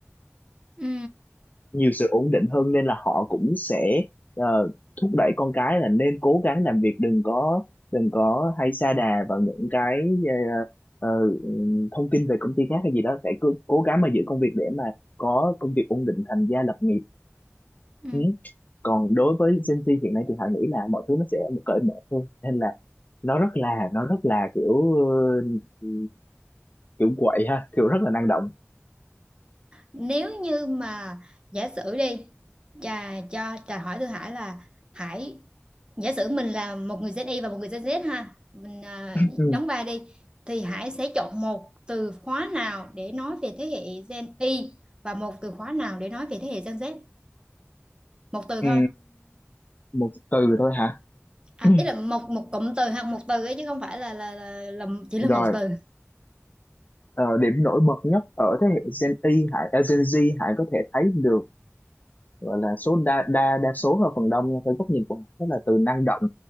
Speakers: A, on the right; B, on the left.
A: Ừ.
B: nhiều sự ổn định hơn nên là họ cũng sẽ ờ, thúc đẩy con cái là nên cố gắng làm việc đừng có đừng có hay sa đà vào những cái ờ, ờ, ừ, thông tin về công ty khác hay gì đó phải cứ cố gắng mà giữ công việc để mà có công việc ổn định thành gia lập nghiệp
A: Ừ.
B: ừ. còn đối với Gen Z hiện nay thì họ nghĩ là mọi thứ nó sẽ cởi mở hơn nên là nó rất là nó rất là kiểu ờ, kiểu quậy ha kiểu rất là năng động
A: nếu như mà giả sử đi trà cho trà hỏi Thư Hải là Hải giả sử mình là một người Gen Y và một người Gen Z ha mình à,
B: ừ.
A: đóng vai đi thì Hải sẽ chọn một từ khóa nào để nói về thế hệ Gen Y và một từ khóa nào để nói về thế hệ Gen Z một từ
B: Ừ.
A: thôi
B: Một từ thôi hả
A: à
B: <clears throat>
A: ý là một một cụm từ hoặc một từ ấy chứ không phải là là, là, là chỉ là
B: rồi
A: một từ
B: Ờ, điểm nổi bật nhất ở thế hệ Gen Y Hải, à, Gen Z Hải có thể thấy được gọi là số đa đa đa số là phần đông nha, theo góc nhìn của Hải đó là từ năng động